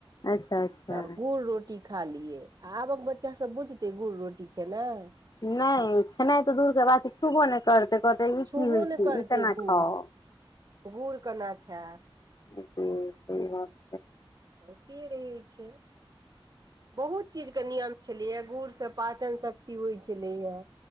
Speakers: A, on the left (about 45°); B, on the right (about 45°).
A: अच्छा अच्छा
B: तऽ गुड़ रोटी खा लियै आबक बच्चा सब बुझतै गुड़ रोटी खेनाई
A: नहि खेनाई तऽ दूर के बात छुबो नहि करतै ई
B: छुबो
A: की होइ
B: नहि
A: छै
B: करतै
A: ई केना
B: कोअ
A: खाउ
B: गुड़ केना खायब
A: हु हु
B: सी रहै छै बहुत चीजके नियम छलैए गुड़सँ पाचन शक्ति होइ छलैए